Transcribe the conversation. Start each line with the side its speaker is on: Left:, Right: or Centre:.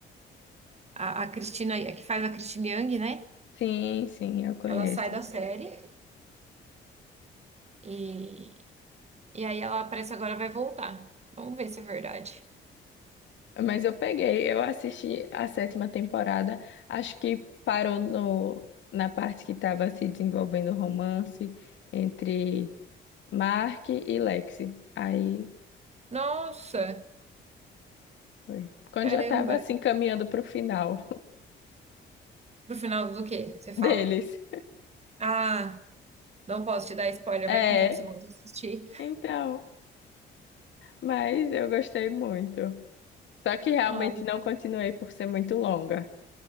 Right: A, a Cristina, a que faz a Christine Yang, né?
Left: Sim, sim, eu conheço.
Right: Ela sai da série e, e aí ela parece agora vai voltar. Vamos ver se é verdade.
Left: Mas eu peguei, eu assisti a sétima temporada, acho que parou no, na parte que estava se desenvolvendo o romance entre Mark e Lexi. Aí
Right: Nossa,
Left: foi. Quando
Right: caramba.
Left: já estava assim caminhando para o final
Right: Pro final do quê? Você fala,
Left: <laughs> deles.
Right: ah, não posso te dar spoiler,
Left: É,
Right: vai que um dia você volta a assistir.
Left: então, mas eu gostei muito. Só que realmente
Right: Ah,
Left: não continuei por ser muito longa.